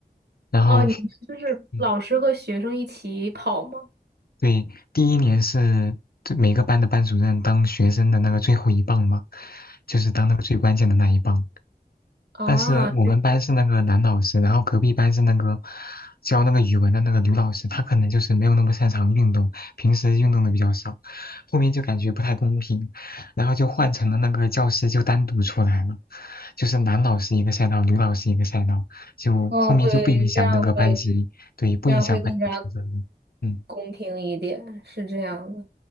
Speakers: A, on the left; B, on the right.
A: 然后，
B: 哦，你们就是老师和学生一起跑吗？
A: 嗯，对，第一年是就每个班的班主任当学生的那个最后一棒嘛，就是当那个最关键的那一棒。
B: 啊，
A: 但是我们班是那个男老师，然后隔壁班是那个教那个语文的那个女老师，她可能就是没有那么擅长运动，平时运动的比较少，后面就感觉不太公平，然后就换成了那个教师就单独出来了，就是男老师一个赛道，女老师一个赛道，就后面就不影响那个班级，
B: 哦，对，这样会
A: 对，不影响班级评分了
B: 这样会更加
A: 嗯。
B: 公平一点，是这样的。